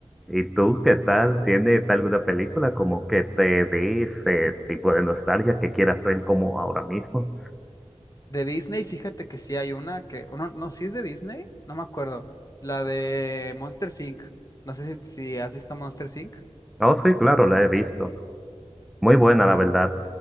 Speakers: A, in the centre; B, on the left.
A: ¿Y tú qué tal? ¿Tienes alguna película como que te dé ese tipo de nostalgia que quieras ver como ahora mismo?
B: De Disney, fíjate que sí hay una que, o no, no, sí es de Disney, no me acuerdo. La de Monsters Inc. No sé si, si has visto Monsters Inc.
A: Oh, sí, claro, la he visto. Muy buena, la verdad.